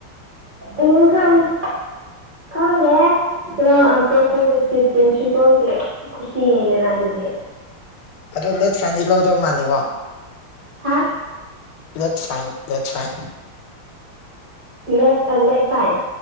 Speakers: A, on the right; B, on the left.
A: ꯏꯪꯉꯥ ꯈꯪꯏ ꯈꯪꯗꯦꯍꯦ ꯄꯨꯔꯥ ꯑꯡꯀꯜ ꯀꯣꯕꯣꯏꯇꯔꯤ ꯄ꯭ꯔꯤꯟꯁꯤꯄꯥꯜꯒꯤ ꯈꯨꯁꯤꯅꯦꯗꯅ ꯑꯗꯨꯗꯤ
B: ꯑꯗꯨ ꯂꯦꯠ ꯐ꯭ꯔꯥꯏꯟꯗꯤ ꯂꯧꯗꯧ ꯃꯥꯟꯗꯦꯀꯣ
A: ꯍꯥ
B: ꯂꯦꯠ ꯐꯥꯏ ꯂꯦꯠ ꯐꯥꯏ
A: ꯂꯦꯐ ꯂꯦꯐ ꯐꯥꯏ